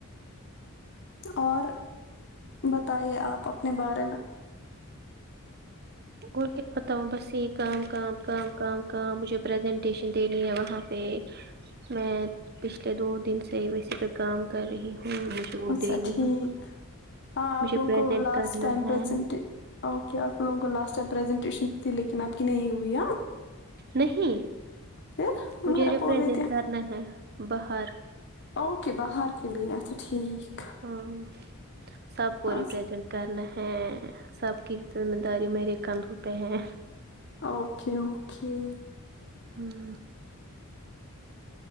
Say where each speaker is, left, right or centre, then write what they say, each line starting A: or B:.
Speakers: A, on the left (about 55°); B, on the right (about 45°).
A: اور بتائیے آپ اپنے بارے میں
B: اور کیا بتاؤوں بس یہ کام کام کام کام کام مجھے پرزنٹیشن دینی ہے وہاں پہ میں پچھلے دو دن سے ہی ویسے پہ کام کر رہی ہوں مجھے وہ
A: اچھا
B: دینی
A: ٹھیک
B: ہے
A: ہاں آپ
B: مجھے
A: لوگوں
B: پریزنٹ
A: کو لاسٹ
B: کرنا
A: ٹائم
B: ہے
A: پرزنٹ اوکے آپ لوگوں کو لاسٹ اچھ پرریزنٹیشن تھی لیکن اب کی نہیں ہوئیاں
B: نہیں
A: پھر ہمارا
B: مجھے ریپریزینٹ
A: بول رہی تھی
B: کرنا ہے باہر
A: اوکے بہر کے لی اچھا ٹھیک
B: ہاں سب کو
A: اچھا
B: ریپرزینٹ کرنا ہے ہے سب کی ذمہ داری میرے کندوں پہ ہے
A: اوکے اوکے
B: ہاں